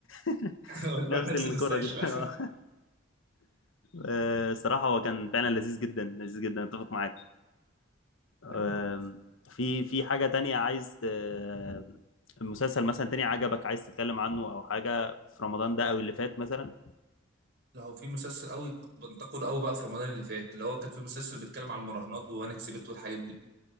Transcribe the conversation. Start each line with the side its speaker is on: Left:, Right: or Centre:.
Left: <laughs>
Right: <laughs> وتروح
Left: نفس
Right: نفس
Left: الكره
Right: المستشفى
Left: دي <laughs> آه. آه، صراحه هو كان فعلا لذيذ جدا لذيذ جدا اتفق معاك آم،
Right: ايوه
Left: في في حاجه تانية عايز آه، مسلسل مثلا تاني عجبك عايز تتكلم عنه او حاجه في رمضان ده او اللي فات مثلا
Right: لو في مسلسل قوي بنتقد قوي بقى في رمضان اللي فات اللي هو كان في مسلسل بيتكلم على المراهنات وانا كسبت والحاجات دي